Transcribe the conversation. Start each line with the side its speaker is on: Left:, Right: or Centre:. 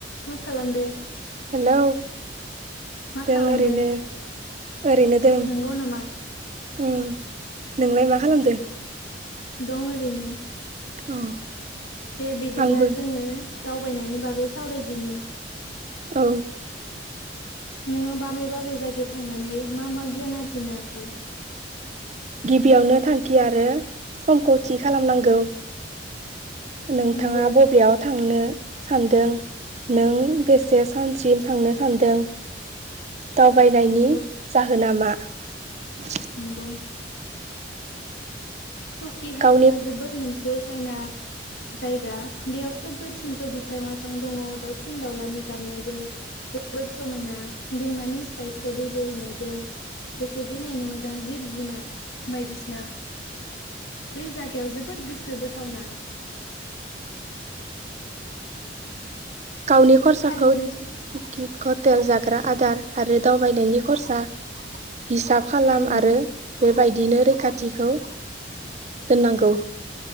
Left: मा खालामदो।
Right: हेलौ
Left: मा
Right: दों
Left: खालामदों
Right: ओरैनो। ओरैनो दों।
Left: नंगौ नामा
Right: उम नोंलाय मा खालामदो।
Left: दं ओरैनो।
Right: अ।
Left: दे बिदिब्ला
Right: आंबो
Left: जोङो। दावबायनायनि बागै सावरायदिनि।
Right: औ।
Left: नोङो बाबे बाबे जायगायाव थांनानै मा मा गियान आरजिनो हाखो।
Right: गिबियावनो थांखि आरो समखौ थि खालामनांगौ। नोंथाङा
Left: नंगौ
Right: बबेयाव था थांनो सानदों नों बेसे सानसिम थांनो सानदों दावबायनायनि
Left: नंगौ
Right: जाहोना मा <unintelligible>
Left: नंगौ <unintelligible> सकि हाजोआ
Right: गावनि
Left: जोबोद मोन जे समायना जायगा बेयाव सोमखोर सोमखोर बिफां लाइफां दङ दावसिन दावउलानि गाबनायजों जोबोर समायना दैमानि स्राय स्राय दै बोहैनायजों बेसेदि नायनो मोजां जिब जुनार बायदिसिना। बै जायगायाव जोबोर गोसो बोथावना
Right: गावनि खरसाखौ
Left: थारैनो
Right: टिकि कटेल जाग्रा आदार आरो दावबायनायनि खरसा हिसाब खालाम
Left: थारैनो
Right: आरो बे बायदिनो रैखाथिखौ दोननांगौ।